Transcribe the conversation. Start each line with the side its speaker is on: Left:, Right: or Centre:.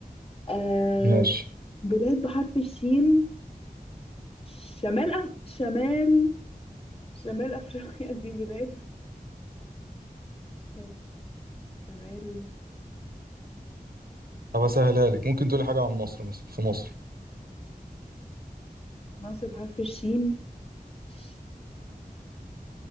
Left: آه...
Right: ماشي
Left: بلاد بحرف الشين شمال أف... شمال شمال أفريقيا <laughs> دي بلاد ش... شمال
Right: طب اسهلها لك ممكن تقولي حاجة عن مصر مثلا في مصر
Left: مصر بحرف الشين ش...